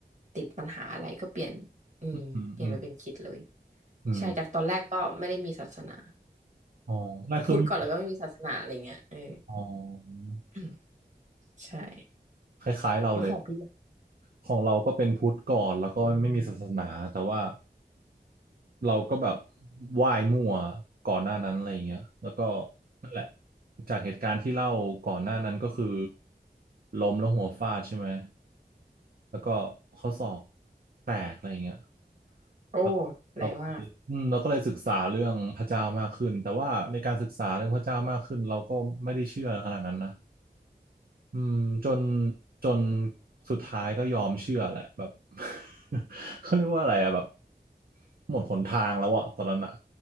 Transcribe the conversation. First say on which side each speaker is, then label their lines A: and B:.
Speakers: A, on the right; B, on the right.
A: ติดปัญหาอะไรก็เปลี่ยนอืมเปลี่ยนไปเป็นคริดเลย
B: อืมอืมอืม
A: ใช่จากตอนแรกก็ไม่ได้มีศาสนา
B: อ๋อได้คือไม่
A: พูดก่อนแล้วก็ไม่มีศาสนาอะไรเงี้ยเออ
B: อ๋อ
A: <coughs> <clears throat> ใช่
B: คล้ายๆเราเลย
A: แล้วของพี่อะ
B: ของเราก็เป็นพุทธก่อนแล้วก็ไม่มีศาสนาแต่ว่าเราก็แบบไหว้มั่วก่อนหน้านั้นอะไรอย่างเงี้ยแล้วก็นั่นแหละจากเหตุการณ์ที่เล่าก่อนหน้านั้นก็คือล้มแล้วหัวฟาดใช่ไหมแล้วก็ข้อศอกแตกอะไรอย่างเงี้ย
A: โอ้
B: เรา
A: แรงมาก
B: เราก็เลยอืมเราก็เลยศึกษาเรื่องพระเจ้ามากขึ้นแต่ว่าในการศึกษาเรื่องพระเจ้ามากขึ้นเราก็ไม่ได้เชื่อขนาดนั้นนะ อืมจนจนสุดท้ายก็ยอมเชื่อแหละแบบ <laughs> เขาเรียกว่าอะไรอะแบบหมดหนทางแล้วอะตอนนั้นอะ